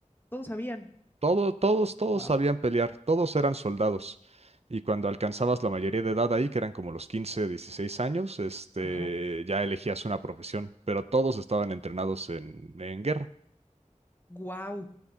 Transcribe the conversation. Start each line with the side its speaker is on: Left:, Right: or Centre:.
Left: Todos sabían.
Right: Todo- todos, todos
Left: Wow.
Right: sabían pelear, todos eran soldados. Y cuando alcanzabas la mayoría de edad ahí, que eran como los 15, 16 años, este,
Left: Ajá.
Right: ya elegías una profesión, pero todos estaban entrenados en, en guerra.
Left: Wow.